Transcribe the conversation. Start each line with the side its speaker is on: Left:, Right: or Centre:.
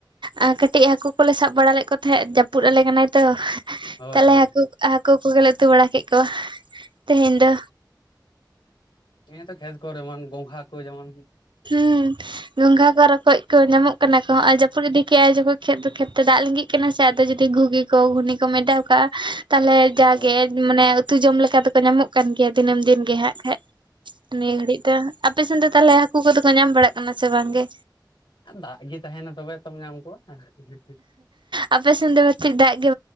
Right: ᱮᱸ ᱠᱟᱹᱴᱤᱡ ᱦᱟᱹᱠᱩ ᱠᱚᱞᱮ ᱥᱟᱵ ᱵᱟᱲᱟ ᱞᱮᱫ ᱠᱚ ᱛᱟᱦᱮᱸᱜ ᱡᱟᱹᱯᱩᱫ ᱟᱞᱮ ᱠᱟᱱᱟᱭ ᱛᱚ
Left: ᱦᱳᱭ
Right: ᱛᱟᱦᱚᱞᱮ
Left: ᱦᱳᱭ
Right: ᱦᱟᱹᱠᱩ ᱦᱟᱹᱠᱩ ᱠᱚᱜᱮᱞᱮ ᱩᱛᱩ ᱵᱟᱲᱟ ᱠᱮᱫ ᱠᱚᱣᱟ ᱛᱮᱦᱮᱧ ᱫᱚ᱾
Left: ᱦᱮ ᱛᱚ ᱠᱷᱮᱛ ᱠᱚᱨᱮ ᱢᱚᱱ ᱜᱚᱝᱜᱷᱟ ᱠᱚ ᱡᱮᱢᱚᱱ
Right: ᱦᱩᱸ ᱜᱚᱸᱜᱷᱟ ᱠᱚ ᱨᱚᱠᱚᱡ ᱠᱚ ᱧᱟᱢᱚᱜ ᱠᱟᱱᱟ ᱠᱚ ᱱᱚᱜᱚᱭ ᱡᱟᱹᱯᱩᱫ ᱤᱫᱤ ᱠᱮᱜᱼᱟᱭ ᱡᱚᱠᱷᱚᱱ ᱠᱷᱮᱛ ᱠᱷᱮᱛ ᱛᱮ ᱫᱟᱜ ᱞᱤᱜᱤᱜ ᱠᱟᱱᱟ ᱥᱮ ᱟᱫᱚ ᱡᱩᱫᱤ ᱜᱷᱩᱜᱤ ᱠᱚ ᱜᱷᱩᱱᱤ ᱠᱚ ᱮᱰᱟᱣ ᱠᱟᱜᱼᱟ ᱛᱟᱦᱞᱮ ᱡᱟᱜᱮ
Left: ᱦᱳᱭ
Right: ᱢᱟᱱᱮ ᱩᱛᱩ ᱡᱚᱢ ᱞᱮᱠᱟ ᱫᱚᱠᱚ ᱧᱟᱢᱚᱜ ᱠᱟᱱ ᱜᱮᱭᱟ ᱫᱤᱱᱟᱹᱢ ᱫᱤᱱ ᱜᱮ ᱦᱟᱸᱜ ᱠᱷᱟᱡ ᱱᱤᱭᱟᱹ ᱜᱷᱟᱹᱲᱤᱡ ᱛᱮ ᱟᱯᱮ ᱥᱮᱱ ᱫᱚ ᱛᱟᱦᱞᱮ ᱦᱟᱹᱠᱩ ᱠᱚᱫᱚ ᱠᱚ ᱧᱟᱢ ᱵᱟᱲᱟᱜ ᱠᱟᱱᱟ ᱥᱮ ᱵᱟᱝ ᱜᱮ?
Left: ᱟᱨ ᱫᱟᱜ ᱜᱮ ᱛᱟᱦᱮᱱᱟ ᱛᱚᱵᱮ ᱛᱚᱢ ᱧᱟᱢ ᱠᱚᱣᱟ ᱦ <inaudible>
Right: ᱟᱯᱮ ᱥᱮᱱ ᱫᱚ ᱛᱷᱤᱡ ᱫᱟᱜ ᱜᱮ